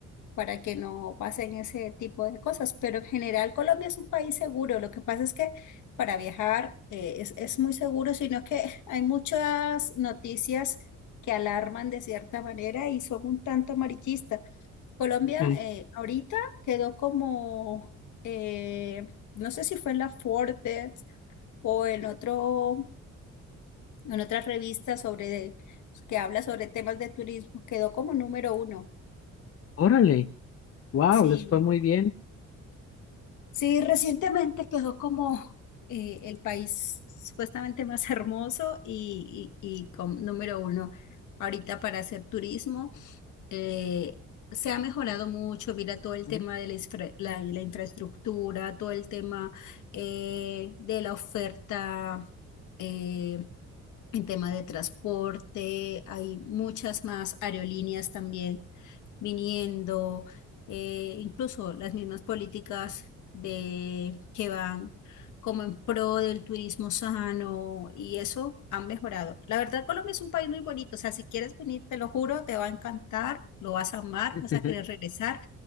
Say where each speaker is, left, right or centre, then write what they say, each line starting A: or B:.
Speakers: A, on the left; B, on the left.
A: para que no pasen ese tipo de cosas. Pero en general Colombia es un país seguro. Lo que pasa es que para viajar eh, es, es muy seguro, sino que <laughs> hay muchas noticias que alarman de cierta manera y son un tanto amarillistas. Colombia
B: ujú,
A: eh, ahorita quedó como, eh, no sé si fue en la Forbes o en otro, en otra revista sobre, que habla sobre temas de turismo, quedó como número uno.
B: órale, wow,
A: Sí,
B: les fue muy bien.
A: Sí, recientemente quedó como eh, el país supuestamente más <laughs> hermoso y, y, y con número uno ahorita para hacer turismo. eh, se ha mejorado mucho, mira todo el
B: Ujú.
A: tema de la, infra- la- la infraestructura, todo el tema eh, de la oferta, eh, en tema de transporte, hay muchas más aerolíneas también viniendo, eh, incluso las mismas políticas de, que van como en pro del turismo sano y eso han mejorado. La verdad, Colombia es un país muy bonito, o sea, si quieres venir, te lo juro, te va a encantar, lo vas a amar,
B: <laughs>
A: vas a querer regresar.